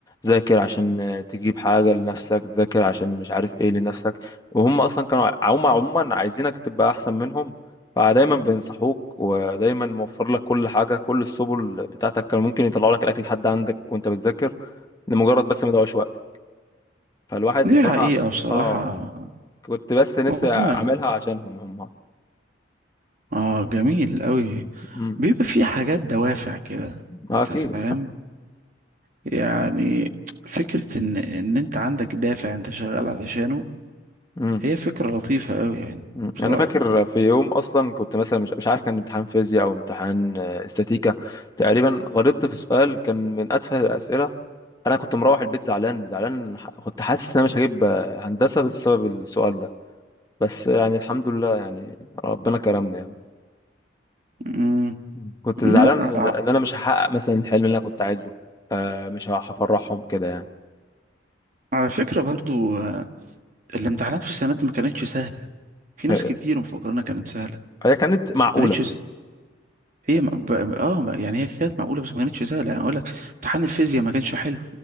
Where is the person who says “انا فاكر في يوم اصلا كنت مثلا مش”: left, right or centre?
Left